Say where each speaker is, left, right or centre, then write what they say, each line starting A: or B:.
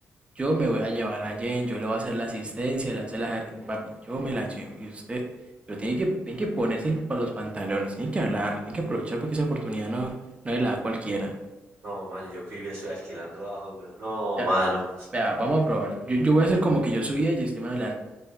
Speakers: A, on the right (about 25°); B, on the right (about 70°).
A: Yo me voy a llevar a Jen, yo le voy a hacer la asistencia, le voy a hacer la jarritín, papi, yo me la llevo. Y usted, pero tiene que, tiene que ponerse para los pantalones, tiene que hablarle, tiene que aprovechar porque esa oportunidad no, no es la da cualquiera.
B: No, mano, yo que vivía estoy alquilando. abajo. hombre. No,
A: Vea,
B: mano.
A: vea, vamos a probar. Yo, yo voy a hacer como que yo soy ella y usted me va a hablar.